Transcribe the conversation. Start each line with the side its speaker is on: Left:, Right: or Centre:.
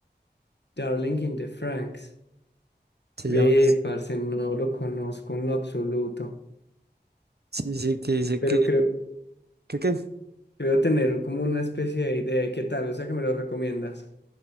Left: Darling in the Franks.
Right: Se
Left: Ve,
Right: llama así.
Left: parce, no lo conozco en lo absoluto.
Right: Sí, sí, que dice
Left: Pero
Right: que,
Left: creo,
Right: que, que
Left: creo tener como una especie de idea. ¿Y qué tal? O sea, que me lo recomiendas.